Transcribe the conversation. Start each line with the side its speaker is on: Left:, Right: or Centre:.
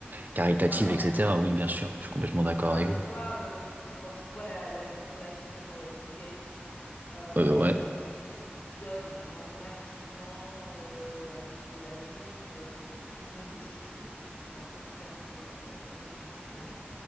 Right: caritatives,
Left: voilà.
Right: etc. Oui, bien sûr. Je suis complètement d'accord
Left: Voilà,
Right: avec
Left: tu
Right: vous.
Left: vois, euh, quand tu vois la, la fondation euh, Bill Gates euh,
Right: Euh, ouais.
Left: qui, qui donne vraiment massivement euh, à des pays d'Afrique, euh, ah, je me dis, ce type, franchement, qu'est-ce qu'il a raté dans sa vie? À peu près rien.